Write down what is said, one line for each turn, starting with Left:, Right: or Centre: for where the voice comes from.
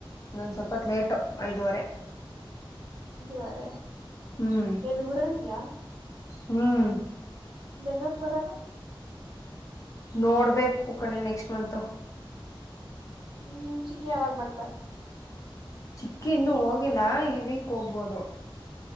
Left: ನನ್ನ ಸ್ವಲ್ಪತ್ತು ಲೇಟು ಐದೂುವರೆ
Right: ವರ
Left: ಹ್ಮ್
Right: ಎಲ್ಲಿ ಊರಲ್ಲ ಇದ್ಯಾಾ
Left: ಹ್ಮ್
Right: ಬೆಂಗಳೂರಿಗೆ ಬರೋದು
Left: ನೋಡ್ಬೇಕ ಕುೂಕಣೆ ನೆಕ್ಸ್ಟ್ ಮಂತ್
Right: ನಿಮ್ ಚಿಕ್ಕಿ ಯಾವಾಗ ಬರ್ತಾರ
Left: ಚಿಕ್ಕಿ ಇನ್ನೂ ಹೋಗಿಲ್ಲ ಈ ವೀಕ್ ಹೋಗ್ಬೋದು